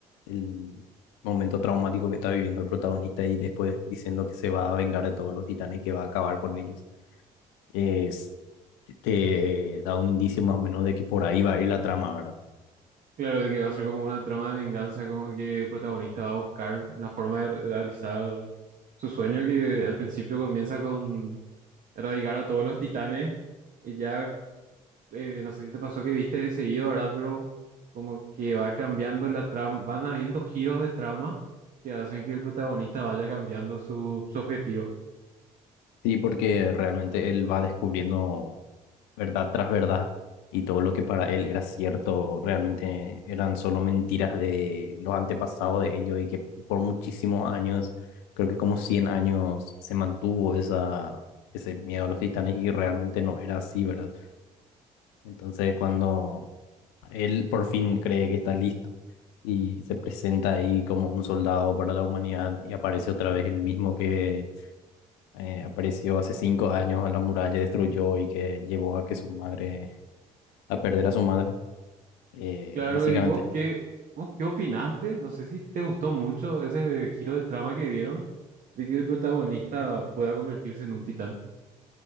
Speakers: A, on the left; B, on the right.
A: el momento traumático que está viviendo el protagonista y después diciendo que se va a vengar de todos los titanes que va a acabar con ellos. Es, te da un indicio más o menos de que por ahí va a ir la trama, ¿verdad?
B: Claro, de que va a ser como una trama de venganza, como que el protagonista va a buscar una forma de re- realizar su sueño que al principio comienza con erradicar a todos los titanes y ya, eh, no sé si te pasó que viste de seguido, ¿verdad? Pero como que va cambiando la trama, van habiendo giros de trama que hacen que el protagonista vaya cambiando su, su objetivo.
A: Sí, porque realmente él va descubriendo. verdad tras verdad, y todo lo que para él era cierto realmente eran solo mentiras de los antepasados de ellos y que por muchísimos años, creo que como 100 años, se mantuvo esa, ese miedo a los titanes y realmente no era así, ¿verdad? Entonces cuando él por fin cree que está listo y se presenta ahí como un soldado para la humanidad y aparece otra vez el mismo que eh, apareció hace cinco años a la muralla, destruyó y que llevó a que su madre a perder a su madre, eh,
B: Claro,
A: básicamente.
B: ¿y vos qué, vos qué opinaste? No sé si te gustó mucho ese giro de trama que dieron de que el protagonista pueda convertirse en un titán.